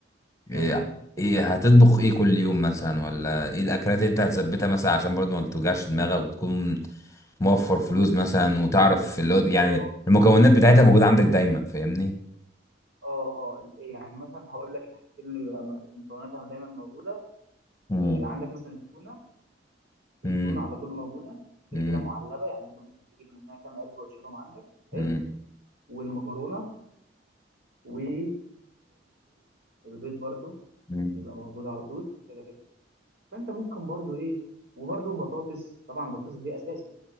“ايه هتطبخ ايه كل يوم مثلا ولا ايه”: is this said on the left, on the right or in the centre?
Left